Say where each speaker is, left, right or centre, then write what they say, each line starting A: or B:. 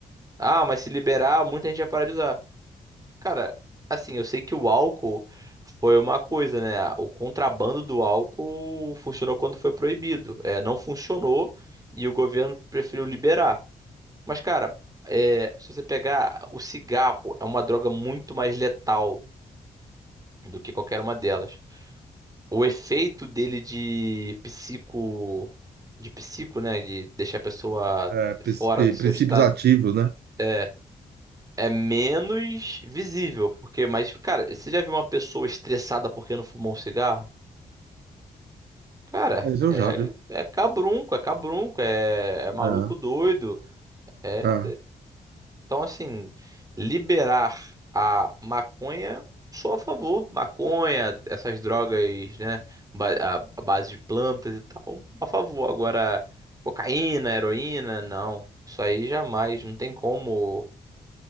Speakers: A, on the right; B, on the right.
A: Ah, mas se liberar, muita gente vai parar de usar. Cara, assim, eu sei que o álcool foi uma coisa, né? O contrabando do álcool funcionou quando foi proibido. É, não funcionou e o governo preferiu liberar. Mas, cara, é, se você pegar o cigarro, é uma droga muito mais letal do que qualquer uma delas. O efeito dele de psico, de psico, né, de deixar a pessoa
B: É,
A: fora
B: prin-
A: do seu
B: princípios
A: estado
B: ativos, né?
A: é, é menos visível, porque, mas, cara, você já viu uma pessoa estressada porque não fumou um cigarro? Cara,
B: Mas eu
A: é,
B: já, viu?
A: é cabrunco, é cabrunco, é, é maluco
B: É,
A: doido. é
B: é.
A: Então, assim, liberar a maconha, sou a favor. Maconha, essas drogas, né? ba- A a base de plantas e tal, a favor. Agora, cocaína, heroína, não. Isso aí jamais. Não tem como.